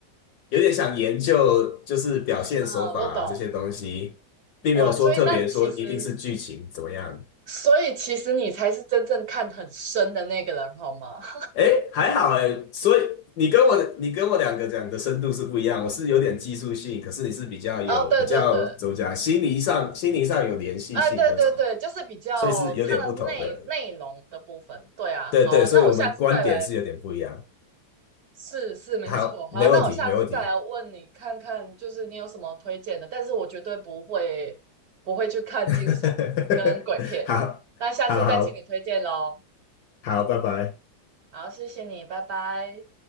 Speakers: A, on the left; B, on the right.
A: 有点想研究，就是表现手法啊这些东西，
B: 啊、我懂
A: 并没有说特别说一定是剧情怎么样。
B: 哇，所以那你其实所以其实你才是真正看很深的那个人，好吗？<laughs>
A: 诶，还好诶，所以你跟我你跟我两个讲的深度是不一样，我是有点技术性，可是你是比较有比较怎么讲，
B: 哦，对对对，
A: 心理上心理上有联系性那种，
B: 哎，对对对，就是比较它的内内容的部分。
A: 所以是有点不同的。
B: 对啊，
A: 对对，
B: 好啊，
A: 所以我们观点是有点不一样。
B: 那我下次再来，是是没错。
A: 好，
B: 好，
A: 没问题，
B: 那我下次再来问你看看，
A: 没问题。
B: 就是你有什么推荐的？但是我绝对不会不会去看惊悚跟鬼片，
A: <laughs> 好，
B: 那下次再请你推荐喽。
A: 好好好，拜拜。
B: 好，谢谢你，拜拜。